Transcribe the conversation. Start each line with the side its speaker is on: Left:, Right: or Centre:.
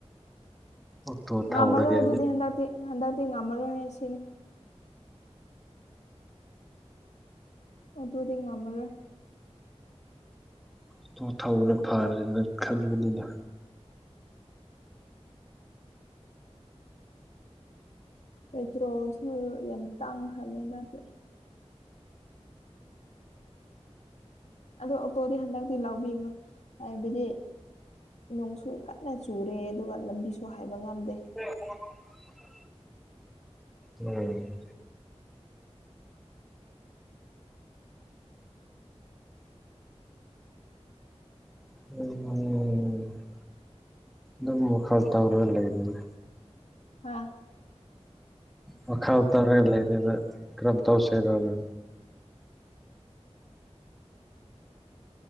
Centre: ꯑꯣꯛꯇꯣ
Left: ꯉꯥꯝꯃꯔꯣꯏ
Centre: ꯊꯧꯔꯒꯦ
Left: ꯑꯗꯨꯗꯤ ꯍꯟꯗꯛꯇꯤ ꯍꯟꯗꯛꯇꯤ ꯉꯝꯃꯔꯣꯏ ꯍꯥꯏ ꯁꯤꯅꯤ ꯑꯗꯨꯗꯤ ꯉꯃꯔꯣꯏ
Centre: ꯑꯣꯇꯣ ꯊꯧꯕꯅ ꯐꯔꯦꯅ ꯈꯟꯕꯅꯤꯅ
Left: ꯄꯦꯇ꯭ꯔꯣꯜꯁꯨ ꯌꯥꯝ ꯇꯥꯡꯈ꯭ꯔꯕꯅꯤ ꯍꯟꯗꯛꯇꯤ ꯑꯗꯣ ꯑꯣꯛꯇꯣꯗꯤ ꯍꯟꯗꯛꯇꯤ ꯂꯧꯕꯤꯒꯅꯨ ꯍꯥꯏꯕꯗꯤ ꯅꯣꯡꯁꯨ ꯀꯟꯅ ꯆꯨꯔꯦ ꯑꯗꯨꯒ ꯂꯝꯕꯤꯁꯨ ꯍꯥꯏꯕ ꯉꯝꯗꯦ
Centre: <unintelligible> ꯎꯝ <unintelligible> ꯅꯝꯃꯣ <unintelligible> ꯇꯧꯔ ꯂꯩꯕꯅꯤ
Left: ꯍꯥꯥ
Centre: ꯋꯈꯥꯎ ꯇꯥꯔ ꯂꯩ <unintelligible> ꯀꯔꯝ ꯇꯧꯁꯦꯔꯥꯅ